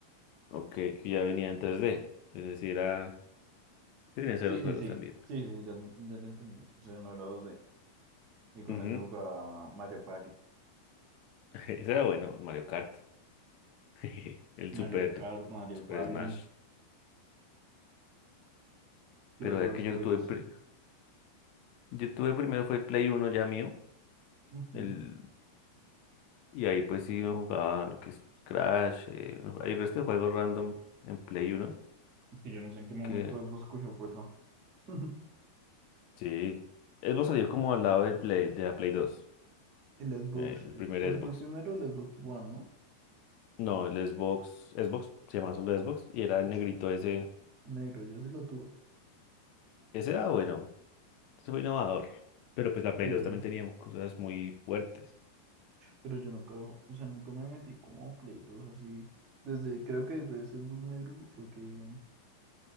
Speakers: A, on the left (about 45°); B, on the right (about 40°).
A: ok, que ya venía en tres d es decir, era ¿Qué tenías de
B: Sí,
A: los
B: sí,
A: juegos
B: sí.
A: también?
B: Sí, sí, ya, lo- ya lo entendí. O sea, no era dos d Y con
A: Ujú.
B: eso jugaba Mario Party.
A: <laughs> Ese era bueno, Mario Kart. <laughs> El
B: Mario
A: Super,
B: Kart, Mario
A: Super
B: Party
A: Smash.
B: y
A: Pero
B: otros
A: ya que yo
B: juegos.
A: tuve, pri- yo tuve primero fue el Play Uno ya mío.
B: Ujú.
A: El, y ahí pues sí uno jugaba lo que es Crash. eh, uno- hay resto de juegos random en Play Uno
B: Es que yo no sé en qué momento
A: Que
B: Xbox cogió fuerza. <laughs>
A: sí. Xbox salió como al lado del Play, de la Play dos,
B: El Xbox,
A: eh, el
B: eh,
A: primer
B: ¿cuál
A: Xbox.
B: fue el primero? El Xbox One, ¿no?
A: No, el Xbox. Xbox, se llamaba solo Xbox. Y era el negrito
B: Sí.
A: ese.
B: Negro, yo sí lo tuve.
A: Ese era bueno. Eso fue innovador. Pero pues la Play
B: Sí, eh,
A: dos también teníamos cosas muy fuertes.
B: pero yo nunca, o sea, nunca me metí como a Play 2 así. Desde, creo que desde ese book negro fue que,